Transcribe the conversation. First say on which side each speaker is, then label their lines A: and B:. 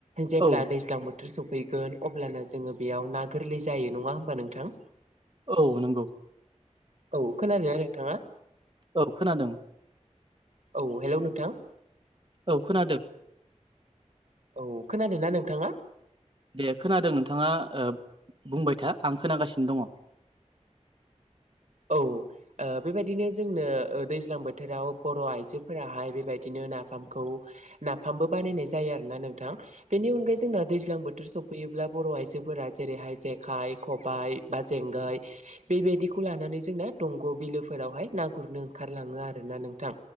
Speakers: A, on the right; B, on the right.
A: जेब्ला
B: औ
A: दैज्लां बोथोर सफैगोन अब्लाना जोङो बेयाव ना गोरलै जायो नङा होमबा नोंथां?
B: औ नंगौ।
A: औ खोनादोंना नोंथाङा।
B: औ खोनादों।
A: औ हेल' नोंथां।
B: औ खोनादों।
A: औ खोनादोंना नोंथाङा?
B: दे खोनादों नोंथाङा बुंबाय था आं खोनागासिनो दङ।
A: औ। बेबायदिनो जोंनो दैज्लां बोथोराव बर' आइजोफोराहाय बेबायदिनो नाफामखौ नाफामबो बानायनाय जायो आरोना नोंथां बेनि अनगायै जोंना दैज्लां बोथोर सफ फैयोब्ला बर' आइजोफोरा जेरैहाय जेखाइ खबाइ बा जेंगाइ बेबायदिखौ लानानै जोंना दंग' बिलोफोरावहाय ना गुरनो ओंखारलाङो आरोोना नोंथां